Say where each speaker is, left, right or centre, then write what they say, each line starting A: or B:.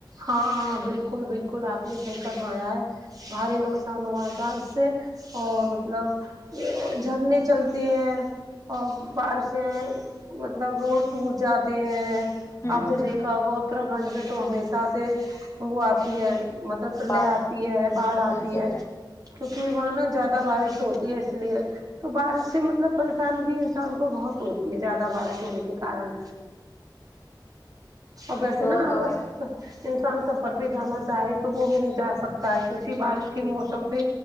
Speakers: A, on the right; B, on the left.
A: ہاں بالکل بالکل آپ نے صحیح فرمایا ہے بھاری نقصان ہوا تھا اس سے اور مطلب جھرنے چلتے ہیں اور بارشیں مطلب روڈ ٹوٹ جاتے ہیں
B: جی
A: آپ نے
B: جی
A: دیکھا ہوگا اتر کھنڈ میں تو ہمیشہ سے وہ آتی ہے م س پرلے
B: باڑھ
A: آتی ہے باڑھ آتی
B: جی جی
A: ہے کیونکہ وہاں نا زیادہ بارش ہوتی ہے اس لیے تو بارش سے مطلب پریشان بھی ہم کو بہت ہوتی ہے زیادہ بارش ہونے کے کارن اب ائسے
B: ہاں
A: نہ
B: ہاں
A: اگر انسان سفر پہ جانا چاہے تو وہ بھی نہیں جہ سکتا ہے کیونکہ بارش کے
B: جی
A: موسم
B: جی
A: پہ